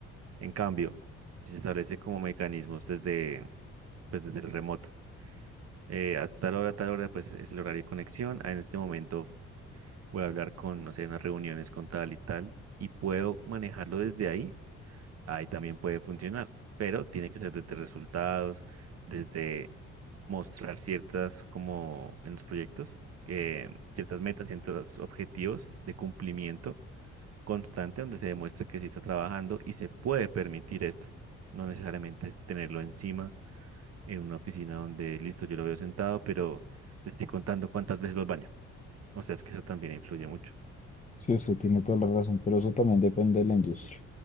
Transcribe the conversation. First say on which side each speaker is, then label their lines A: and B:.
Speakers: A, on the right; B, on the left.
A: En cambio, se establece como mecanismos desde, pues desde el remoto. Eh, a tal hora, a tal hora, pues es el horario de conexión. Ah, En este momento. voy a hablar con, no sé, unas reuniones con tal y tal, y puedo manejarlo desde ahí, ahí también puede funcionar, pero tiene que ser desde resultados, desde mostrar ciertas, como en los proyectos, que ciertas metas, ciertos objetivos de cumplimiento constante, donde se demuestre que sí está trabajando y se puede permitir esto. No necesariamente es tenerlo encima en una oficina donde, listo, yo lo veo sentado, pero le estoy contando cuántas veces lo baño. O sea, es que eso también influye mucho.
B: Sí, usted tiene toda la razón, pero eso también depende de la industria.